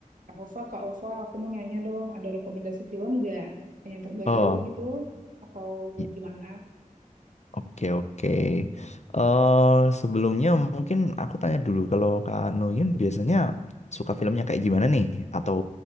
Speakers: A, on the right; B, on the left.
A: Kak Ova, Kak Ova, aku mau nanya dong, ada rekomendasi film nggak yang terbaru
B: Oh,
A: gitu? Atau
B: i-
A: gimana?
B: oke oke. eh sebelumnya mungkin aku tanya dulu kalau Kak Noyun biasanya suka filmnya kayak gimana nih? Atau